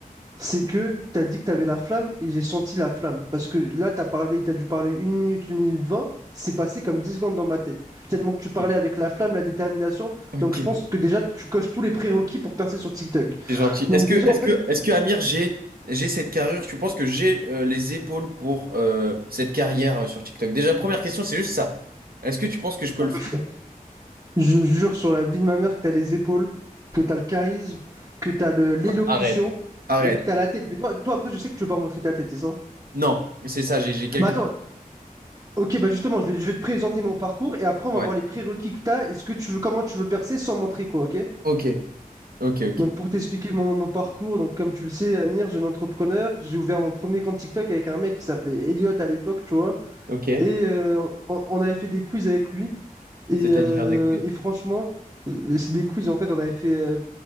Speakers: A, on the right; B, on the right.
A: c'est que tu as dit que tu avais la flamme et j'ai senti la flamme. Parce que là, tu as parlé, tu as dû parler une minute, une minute vingt, c'est passé comme 10 secondes dans ma tête. Tellement que tu parlais
B: Ok.
A: avec la flamme, la détermination.
B: Ok.
A: Donc je pense que déjà, tu coches tous les prérequis pour percer sur TikTok.
B: C'est gentil.
A: Donc
B: Est-ce que,
A: déjà,
B: est-ce
A: en fait,
B: que, est-ce que Amir, j'ai, j'ai cette carrure? Tu penses que j'ai euh, les épaules pour euh, cette carrière euh, sur TikTok? Déjà, première question, c'est juste ça. Est-ce que tu penses que je peux
A: Ah,
B: le faire?
A: je jure sur la vie de ma mère que tu as les épaules, que tu as le charisme, que tu as l'élocution
B: Arrête. Arrête.
A: et que tu as la tête. Mais toi, toi, après, je sais que tu veux pas montrer ta tête, c'est ça?
B: Non, c'est ça, j'ai j'ai quelques...
A: Bah attends, ok, bah justement, je vais, je vais te présenter mon parcours et après, on va
B: Ouais.
A: voir les prérequis que tu as et ce que tu veux, comment tu veux percer sans montrer quoi, ok?
B: Ok. Ok, ok.
A: Donc pour t'expliquer mon, mon parcours, donc comme tu le sais, Amir, jeune entrepreneur, j'ai ouvert mon premier compte TikTok avec un mec qui s'appelait Elliot à l'époque, tu vois.
B: Ok.
A: Et euh, on, on avait fait des quiz avec lui. Et,
B: C'est-à-dire
A: euh,
B: des quiz.
A: et franchement, euh, c'est des quiz, en fait, on avait fait... euh,